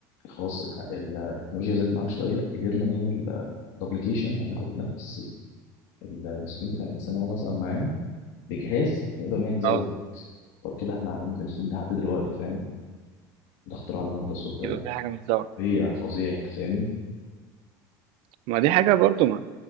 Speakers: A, on the left (about 70°); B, on the right (about 60°).
A: خلاص الح- ال- التكنولوجيا زادت معانا شويه قدرنا نعمل دوبليكيشن يعني ناخد نفس ال- الانسولين بتاع الانسان هو مثلا معانا بجهاز نقدر نعمل زيه
B: اه
A: طب كده احنا عملنا الانسولين ده لحد دلوقتي فاهم ده اختراع لمرضى السكر
B: يبقى
A: يعني
B: في حاجه متزوجه
A: فظيع فظيع انت فاهمني
B: ما دي حاجه برضو ما